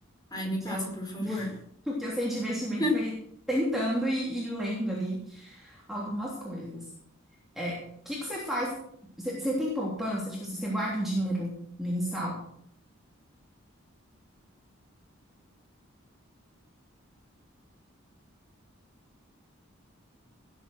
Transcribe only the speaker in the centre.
O
que
eu
<laughs> O que eu sei de investimento
foi tentando e, e lendo ali algumas coisas. É, o que que você faz? Você você tem poupança? Tipo, assim, você guarda um dinheiro mensal?